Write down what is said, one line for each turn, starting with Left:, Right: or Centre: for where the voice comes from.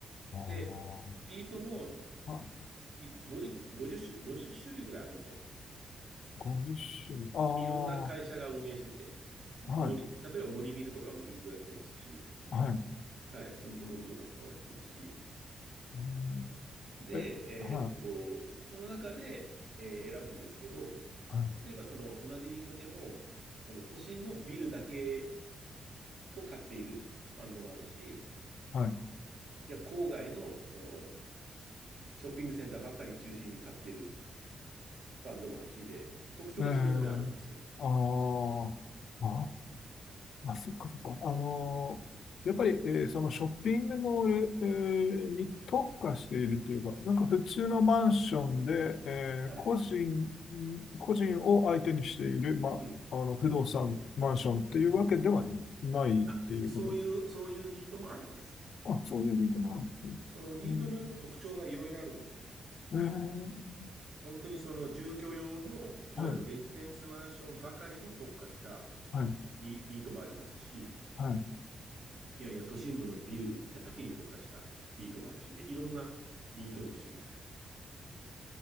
Left: ああ、は
Right: で、リートも
Left: い。
Right: い50、50種、50種類ぐらいあるんですよ。
Left: 50周あ
Right: いろんな会社が運営してて、
Left: あ、
Right: 森、
Left: はい、
Right: 例えば森ビルとかもリートやってますし、
Left: はい。
Right: はい、住友不動産とかもやってますし、
Left: うん、
Right: で、
Left: え、はい、
Right: えーっと、その中で、えー選ぶんですけど、
Left: はい、
Right: 例えばその同じリートでも、その都心のビルだけを買っているファンドもあるし、
Left: はい。
Right: いや、郊外のそのショッピングセンターばかり中心に買っているファンドもあるしで、特徴がそれぞれあるんですよ。
Left: えー、あーあー、あ、そっかそっか。あのーやっぱり、えーそのショッピングモール、えーに特化しているというか、なんか普通のマンションで、えー個人、
Right: はい。
Left: 個人を相手にしている、
Right: うん。
Left: ま、
Right: うん。
Left: あの、不動産、マンションっていうわけではないっていうことです。
Right: あ、そそういう、そういうリートもあります。
Left: あ、そういう理由なんですね。
Right: そのリートによって特徴がいろいろあるんですよね。
Left: うんえー
Right: 本当にその住居用の、いわゆるレジデンスマンションばかりに特化した
Left: はい、はい、
Right: リ、リートもありますし、
Left: はい。
Right: いやいや、都心部のビルだけに特化したリートもあるしで、いろんなリートの種類があります。